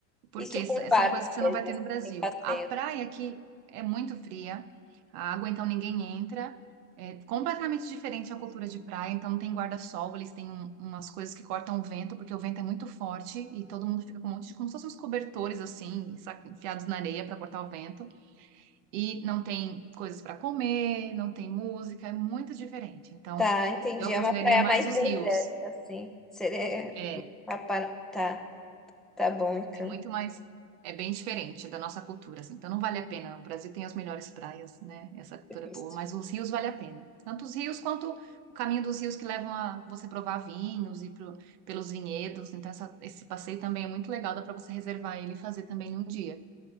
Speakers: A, on the right (about 75°); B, in the centre.
A: porque
B: isso
A: s-
B: com o barco
A: são coisas que você
B: mesmo,
A: não vai ter
B: assim,
A: no Brasil.
B: sem passeio.
A: A praia aqui é muito fria, a água então ninguém entra, é completamente diferente a cultura de praia, então não tem guarda-sol, eles têm um- umas coisas que cortam o vento, porque o vento é muito forte e todo mundo fica com um monte de, como se fossem uns cobertores assim, ensa- enfiados na areia para cortar o vento, e não tem coisas para comer, não tem música, é muito diferente. Então,
B: Tá, entendi.
A: eu aconselharia
B: É uma praia
A: mais
B: mais
A: os
B: deserta,
A: rios.
B: assim. Seria.
A: É,
B: Papa- Tá, tá bom, então.
A: É muito mais. É bem diferente da nossa cultura, assim. Então não vale a pena. O Brasil tem as melhores praias, né? Essa cultura
B: Perfeito.
A: é boa, mas os rios vale a pena. Tanto os rios quanto o caminho dos rios que levam a você provar vinhos e pro, pelos vinhedos. Então essa- esse passeio também é muito legal, dá para você reservar ele e fazer também num dia.